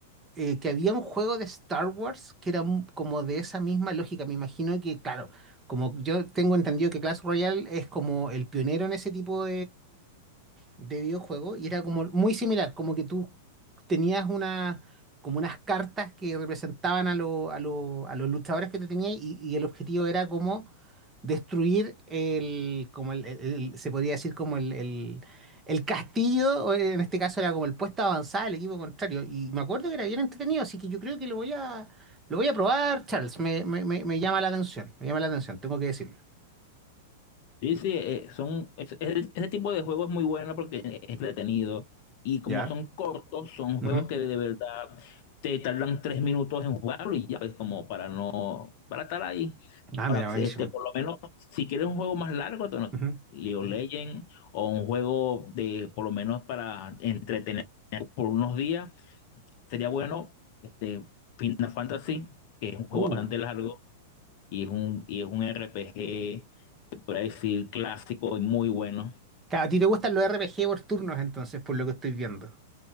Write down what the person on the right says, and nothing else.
eh, que había un juego de Star Wars que era mu- como de esa misma lógica. Me imagino que, claro, como yo tengo entendido que Clash Royale es como el pionero en ese tipo de videojuego y era como muy similar, como que tú tenías una, como unas cartas que representaban a, lo- a, lo- a los luchadores que tú tenías y, y el objetivo era como destruir el, como el, el- el- se podría decir como el, el, el castillo, o en este caso era como el puesto avanzado del equipo contrario y me acuerdo que era bien entretenido, así que yo creo que lo voy a, lo voy a probar, Charles, me, me, me, me llama la atención, me llama la atención, tengo que decirlo.
¿Ya?
Ujú.
Ah,
mira, buenísimo.
Ujú.
Uh,
Claro, a ti te gustan los RPG por turnos, entonces, por lo que estoy viendo.